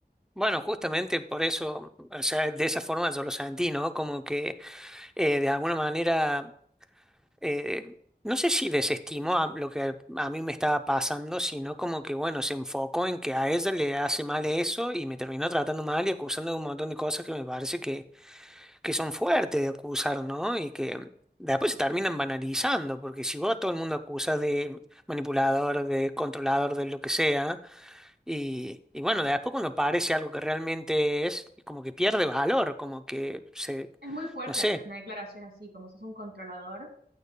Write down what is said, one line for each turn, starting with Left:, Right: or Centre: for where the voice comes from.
Centre: bueno, justamente por eso, o sea, de esa forma yo lo sentí, ¿no? Como que eh, de alguna manera eh, no sé si desestimó a lo que a mí me estaba pasando, sino como que, bueno, se enfocó en que a ella le hace mal eso y me terminó tratando mal y acusando de un montón de cosas que me parece que, que son fuertes de acusar, ¿no? Y que después se terminan banalizando, porque si vos a todo el mundo acusas de manipulador, de controlador, de lo que sea, y, y bueno, después cuando parece algo que realmente es, como que pierde valor, como que se,
Right: Es muy fuerte
Centre: no sé.
Right: hacer una declaración así, como sos un controlador,